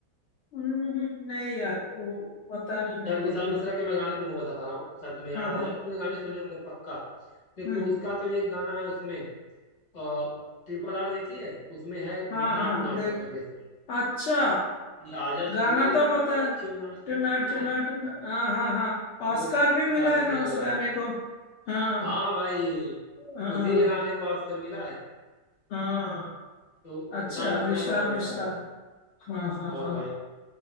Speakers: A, on the left (about 70°); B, on the left (about 30°).
A: हम्म हम्म, नहीं यार वो वो पता नहीं मेरे
B: यार
A: को
B: विशाल
A: उतना।
B: मिश्रा के मैं गाने तुमको बता रहा हूँ शायद तुम्हें याद
A: हाँ
B: आ
A: हाँ
B: जाए तुमने गाने सुने होंगे पक्का देखो
A: हम्म
B: उसका तो एक गाना है उसमें आ, ट्रिपल आर देखी है उसमें है
A: हाँ
B: नाटू
A: हाँ
B: नाटू
A: देख
B: करके सॉन्ग
A: अच्छा
B: ये आजा
A: गाना
B: छोरे
A: तो
B: नाचो
A: पता है
B: नाचो
A: टना
B: नाचो सुना
A: टना
B: है
A: टना हाँ हाँ हाँ ऑस्कार
B: वो वि-
A: भी
B: विशाल
A: मिला है
B: मिश्रा
A: ना उस
B: का
A: गाने
B: गाना है
A: को हाँ
B: हाँ भाई
A: हाँ
B: उसी के गाने को ऑस्कर मिला है
A: हाँ
B: तो
A: अच्छा
B: विशाल मिश्रा
A: विशाल
B: ने वो गाना
A: मिश्रा
B: गाया था
A: हाँ हाँ
B: और
A: हाँ
B: भाई